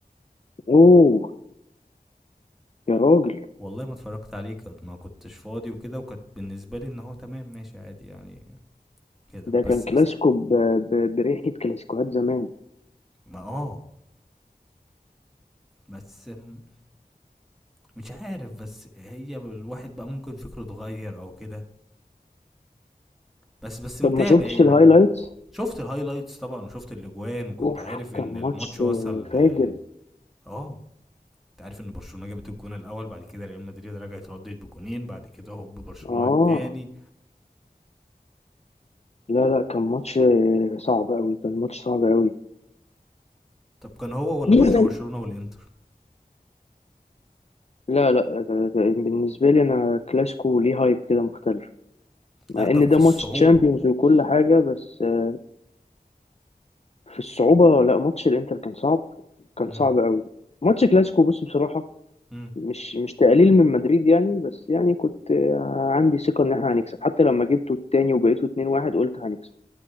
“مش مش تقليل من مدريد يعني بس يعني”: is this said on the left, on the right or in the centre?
Left